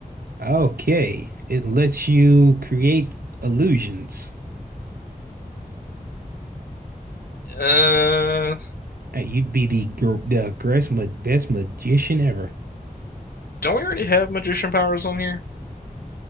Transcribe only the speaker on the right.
Okay, it lets you create illusions.
Hey, you'd be the gr the greatest ma best magician ever.